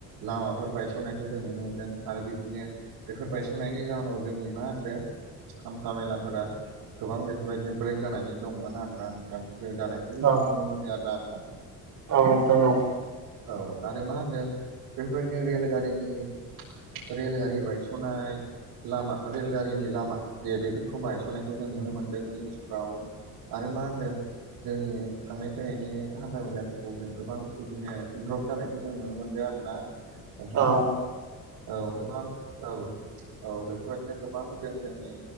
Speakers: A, on the right (about 85°); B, on the right (about 55°).
A: लामाफोर बायसननायखौ जों नुनो मोनदों आरो बिदिनो बेफोर बायस'नायनि जाउनाव जोंनि मा होनदों हान्था मेलाफोरा गोबां बेफोरबायदिनो ब्रेक जानानै दंमोन आरोना नोंथां जों जानाय बेखौ
B: औ
A: जों नुनो मोनो आरो ना नोंथां
B: औ नोंथां औ
A: औ आरो मा होनो दों बेफोरबायदिनो रेलगारिनि रेलगारि बायस'नाय लामा रेलगारिनि लामा दे बेफोरखौ बायस'नायखौ जों नुनो मोनदों निउसफ्राव आरो मा होनदों जोंनि थांनाय फैनायनि हान्था मेलाफोरखौ जों गोबां बिदिनो द्रप जानायखौ जों नुनो मोनदों आरोना नोंथां
B: औ
A: औ गोबां औ औ बेफोरबायदिनो गोबां जों जोंनि